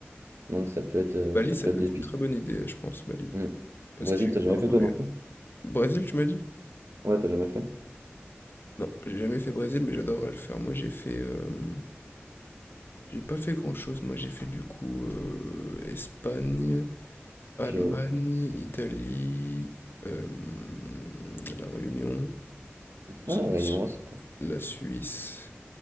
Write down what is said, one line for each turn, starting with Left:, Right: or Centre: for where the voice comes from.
Right: Donc ça peut être, euh,
Left: Bali,
Right: ça
Left: ça
Right: peut
Left: peut
Right: être des
Left: être
Right: pistes.
Left: une très bonne idée, je pense, Bali.
Right: Hmm.
Left: Parce
Right: Brésil,
Left: qu'apparemment
Right: t'as jamais fait toi
Left: les
Right: non plus?
Left: Brésil, tu m'as dit?
Right: Ouais, t'as jamais fait?
Left: Non, j'ai jamais fait Brésil, mais j'adorerais le faire. Moi, j'ai fait, hem, j'ai pas fait grand-chose. Moi, j'ai fait du coup, heu, Espagne, Allemagne,
Right: Ok, ouais.
Left: Italie, hem, La Réunion,
Right: Ah, la
Left: la
Right: Réunion,
Left: Su
Right: ouais, c'est pas...
Left: la Suisse.